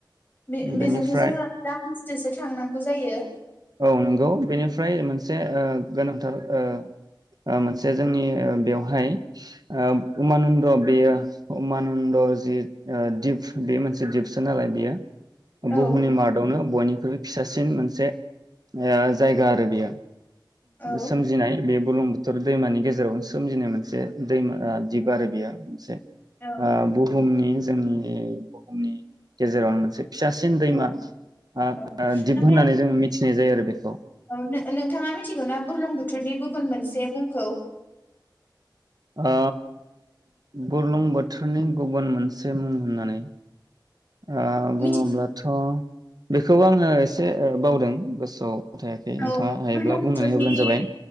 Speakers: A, on the left (about 25°); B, on the right (about 55°).
A: बे बेजोंथ'
B: बेनिफ्राय
A: जोङो दा जोंसो थांनांगौ जायो
B: औ नंगौ बेनिफ्राय मोनसे ओ गोनांथार ओ ओ मोनसे जोंनि ओ बेवहाय ओ उमानन्द बेयो उमानन्द जि दिप बे मोनसे दिपसो नालाय बेयो
A: औ
B: बुहुमनि मादावनो बयनिख्रुइबो फिसासिन मोनसे ओ जायगा आरो बेयो
A: औ
B: सोमजिनाय बे बुलुंबुथुर दैमानि गेजेरावनो सोमजिनाय मोनसे दैमा दिप आरो बेयो मोनसे
A: औ
B: आ बु बुहुमनि जोंनि बुहुमनि गेजेरावनो मोनसे फिसासिन दैमा
A: औ
B: ओ
A: औ
B: ओ दिप
A: ओमफ्राय
B: होननानै जोङो मि मिथिनाय जायो आरो बेखौ।
A: औ नो-नोंथाङा मिथिगौ ना बुरलुंबुथुरनि गुबुन मोनसे मुंखौ?
B: ओ बुरलुंबुथुरनि गुबुन मोन से मुं होननानै ओ बुङोब्लाथ'
A: मिथिगौ
B: बेखौ आङो एसे बावदों गोसोआव थायाखै नोंथाङा
A: औ
B: हायोब्ला
A: बुरलुंबुथोरनि
B: बुंनानै होब्लानो जाबाय